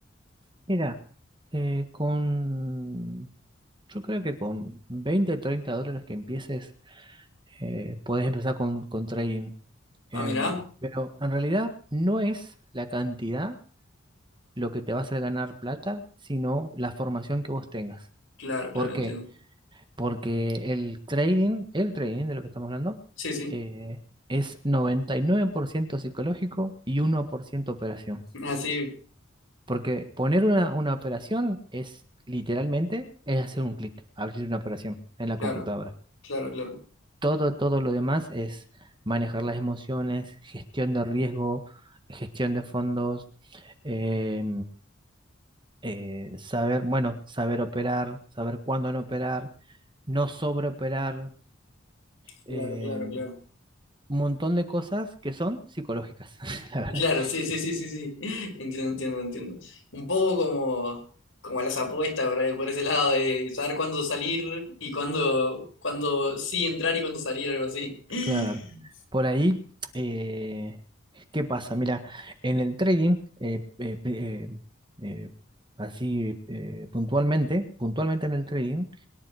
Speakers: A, on the right; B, on the left.
A: mira, eh, con... Yo creo que con 20, 30 dólares que empieces, eh, puedes empezar con, con trading. En-
B: Ah, mira.
A: pero en realidad no es la cantidad lo que te va a hacer ganar plata, sino la formación que vos tengas.
B: Claro, claro,
A: ¿Por
B: entiendo.
A: qué? Porque el trading, el trading de lo que estamos hablando,
B: Sí, sí.
A: eh, es 99% psicológico y uno por ciento operación.
B: Así,
A: Porque poner una, una operación es literalmente es hacer un clic, abrir una operación en la
B: claro,
A: computadora.
B: claro, claro,
A: Todo, todo lo demás es manejar las emociones, gestión de riesgo, gestión de fondos, eh, eh, saber, bueno, saber operar, saber cuándo no operar, no sobreoperar,
B: claro,
A: eh,
B: claro, claro.
A: un montón de cosas que son psicológicas. <laughs> La verdad
B: Claro, sí,
A: que,
B: sí, sí, sí, sí. <laughs> Entiendo, entiendo, entiendo. Un poco como, como las apuestas, ¿verdad? Por ese lado de saber cuándo salir y cuándo, cuándo sí entrar y cuándo salir, algo así. <laughs>
A: claro, por ahí, eh, ¿qué pasa? Mira, en el trading, eh, eh, eh, eh, así eh, puntualmente, puntualmente en el trading,